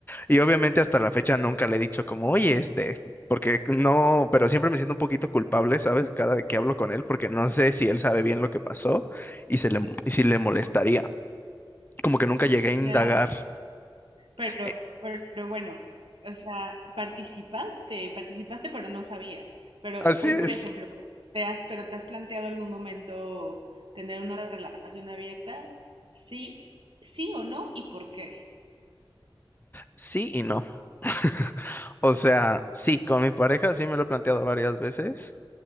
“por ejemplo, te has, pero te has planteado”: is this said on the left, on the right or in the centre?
Right